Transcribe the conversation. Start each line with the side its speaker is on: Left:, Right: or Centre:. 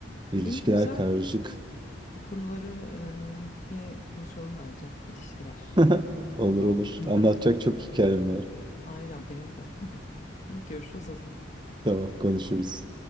Right: İlişkiler
Left: İyi güzel
Right: karışık.
Left: bu konuları eee, yine konuşalım bence ilişkiler
Right: <laughs> Olur
Left: adı altında.
Right: olur. Anlatacak çok hikayem var.
Left: <laughs> Aynen benim de. <laughs> İyi görüşürüz o zaman.
Right: Tamam konuşuruz.